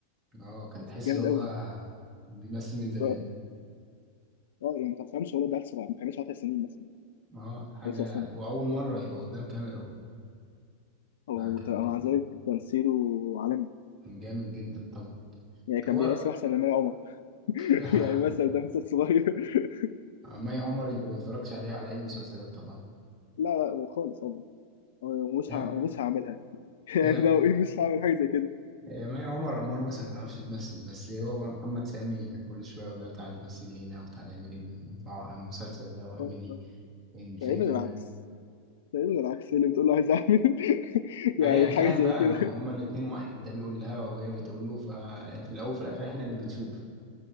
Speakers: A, on the right; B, on the left.
A: اه كان تحس
B: جامد
A: إن هو
B: أوي
A: بيمثل من زمان
B: اه آه، يعني ما تفهمش هو ده عيل صغير ما كانش 10 سنين مثلا
A: اه حاجة
B: 11 سنة
A: وأول مرة يبقى قدام كاميرا و...
B: أو
A: كان
B: مع
A: كان
B: ذلك تمثيله عالمي
A: كان جامد جدا طبعا
B: يعني كان
A: هو
B: بيمثل أحسن من مي عمر
A: <laughs>
B: <laughs> يعني مثلا ده مثل صغير <laughs>
A: مي عمر أنت ما بتتفرجش عليها على أي مسلسلات طبعا
B: لا لا هو خالص والله هو مش
A: فاهم؟
B: ه- مش هعملها <laughs> يعني
A: لا
B: لو إيه مش هعمل حاجة زي كده
A: آه، ما هي عمر أمور بس ما بتعرفش تمثل بس هو بقى محمد سامي كل شوية يقول لها تعالي مثلي هنا وتعالي اعملي المسلسل ده واعملي
B: آه،
A: الفيلم
B: تقريبا العكس
A: ده
B: تقريبا العكس اللي بتقول له عايز اعمل <laughs> يعني
A: أيا
B: حاجه
A: كان
B: زي
A: بقى
B: كده
A: هما الاتنين واحد ده بيقول لها وهي بتقول له ففي الأول وفي الآخر احنا اللي بنشوف